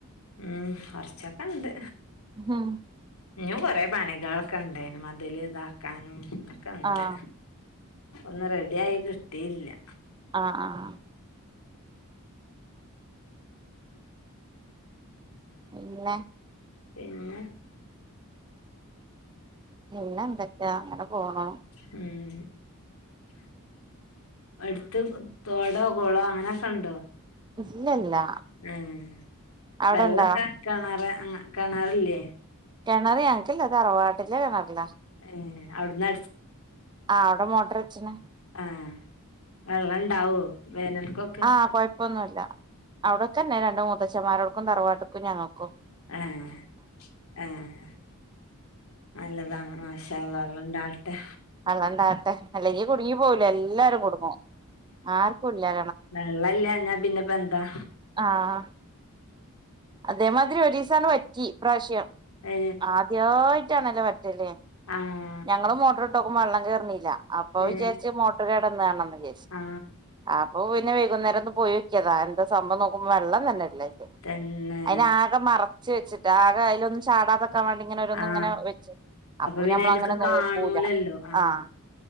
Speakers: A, on the left; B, on the right.
A: ഉംകൊറച്ചൊക്കെണ്ട്
B: ആഹ്
A: ഇഞ്ഞുംകൊറെേപണികളൊക്കെണ്ടായിനുംമതില് ഇതാക്കാനും ഒക്കെണ്ട്
B: ആഹ്
A: ഒന്ന്റെഡിയായികിട്ടില്യ
B: ആഹ് ആഹ് പിന്നെ
A: പിന്നെ
B: പിന്നെന്തൊക്ക്യാ? അങ്ങനെപോണു.
A: ഉം അട്ത്ത് തോടോ കൊളോ അങ്ങനൊക്കെണ്ടോ?
B: ഇല്ലല്ല
A: ഏഹ്
B: അവിടെണ്ടോ
A: വെള്ളക്കെ കെണറ് അങ്ങ കെണറില്ലേ?
B: കെണറ്, ഞങ്ങക്കില്ല തറവാ ട്ട്ലെ കെണർലാ.
A: ഏഹ് അവിടുന്ന്
B: ആഹ് അവ്ടെ മോട്ടർ വെച്ച് ണ്.
A: ഏഹ് വെള്ളണ്ടാവോ വേനൽക്കൊ
B: ആഹ് കൊയ്പ്പൊന്നുല്ല അവിടൊക്കെന്നെ രണ്ട് മൂത്തച്ഛമാരോട്ക്കും, തറവാട്ട്ക്കും, ഞങ്ങക്കും.
A: ഏഹ് ഏഹ് നല്ലതാണ്. മാഷ ഷ അള്ളാ വള്ളണ്ടാവട്ടെ.
B: ള്ളണ്ടാവട്ടെ. അല്ലെങ്കി കുടുങ്ങിപോവൂലെ എല്ലാരും കുടുങ്ങും ആർക്കും ഇല്ലാ
A: വെള്ളലാഞ്ഞാ പിന്നെപ്പെന്താ?
B: ആഹ് അതേമാതിരി ഒരീസാണ്ട് വറ്റി ഇപ്രാവശ്യം.
A: ഏ
B: ആദ്യായിട്ടാണെലോ വറ്റല്.
A: ആഹ്
B: ഞങ്ങള് മോട്ടർ ഇട്ടോക്കുമ്പോ വെള്ളം കേർണില്ല. അപ്പൊ
A: ഏ
B: വിചാരിച്ച് മോട്ടർ കേടന്നാണംന്ന് വിചാരിച്ച്.
A: ആ
B: ആഹ് അപ്പം പിന്നെ വൈകുന്നേരം ഒന്ന് പോയോക്ക്യതാ എന്താ സംഭവന്ന് നോക്കുമ്പം വെള്ളം തന്നെല്ലയ്ല്.
A: തന്നെ
B: അയ്ന് ആകെ മറച്ച് വെച്ചിട്ട് ആകെ അയ്ലൊന്നും ചാടാതക്കാൻ വാണ്ടി. ഇങ്ങനോരൊന്നും
A: ആ
B: ങ്ങനെ വെച്ച്, അപ്പൊ പിന്നെമ്മള്
A: പിന്നെ അയില്ക്ക്
B: അങ്ങനെ നോക്കൂല.
A: കാണൂലല്ലോ ആ
B: ആഹ്